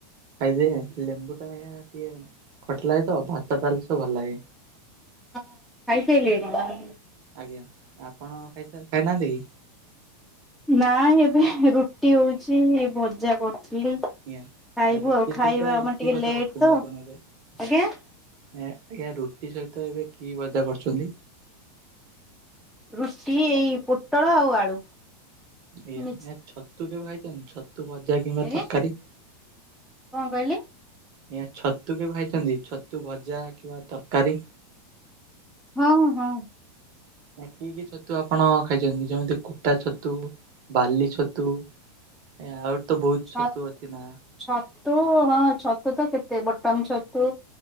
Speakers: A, on the right; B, in the centre.
A: ଖାଇ ଯେ ଲେମ୍ବୁ ଟା ଟିକେ ଖଟା ଲାଗେ ତ ଭାତ ଡାଲି ସହ ଭଲ ଲାଗେ।
B: ହଁ ଖାଇସାରିଲେନି କଣ?
A: ଆଜ୍ଞା ଆପଣ ଖାଇ ଖାଇନାହାନ୍ତି କି?
B: ନାଇ ଏବେ ରୁଟି ହଉଛି ଭଜା କରୁଥିଲି। ଖାଇବୁ
A: ଆଜ୍ଞା। ଆ ରୁଟି
B: ଆଉ
A: ସହିତ
B: ଖାଇବା ଆମର
A: କି
B: ଟିକେ
A: ଭଜା
B: ଲେଟ୍
A: କରୁଛନ୍ତି
B: ତ
A: ଆପଣ
B: ଆଜ୍ଞା।
A: ଏବେ? ଆଜ୍ଞା ରୁଟି ସହିତ ଏବେ କି ଭଜା କରୁଛନ୍ତି?
B: ରୁଟି ଏଇ ପୋଟଳ ଆଉ ଆଳୁ।
A: ଆଜ୍ଞା
B: ମିକ୍ସ।
A: ଛତୁ କେବେ ଖାଇଛନ୍ତି ଛ ଛତୁ ଭଜା କିମ୍ବା
B: ଆଜ୍ଞା
A: ତରକାରୀ?
B: କଣ କହିଲେ?
A: ଆଜ୍ଞା ଛତୁ କେବେ ଖାଇଛନ୍ତି ଛତୁ ଭଜା କିମ୍ବା ତରକାରୀ?
B: ହଁ ହଁ।
A: କି କି ଛତୁ ଆପଣ ଖାଇଛନ୍ତି ଯେମିତି କୁଟା ଛତୁ ବାଲି ଛତୁ ଏ ଆହୁରି ତ ବହୁତ
B: ଛଅ
A: ଛତୁ ଅଛି ନା।
B: ଛତୁ ହଁ ଛତୁ ତ କେତେ ବଟନ ଛତୁ